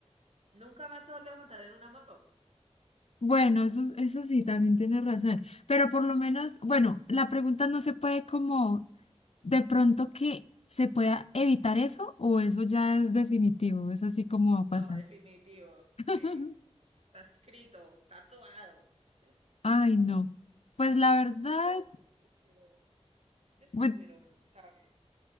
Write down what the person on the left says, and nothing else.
Bueno, eso, eso sí, también tienes razón. Pero por lo menos, bueno, la pregunta no se puede como de pronto que se pueda evitar eso o eso ya es definitivo, es así como va a
pasar.
<laughs>
Ay, no. Pues la verdad,
bu-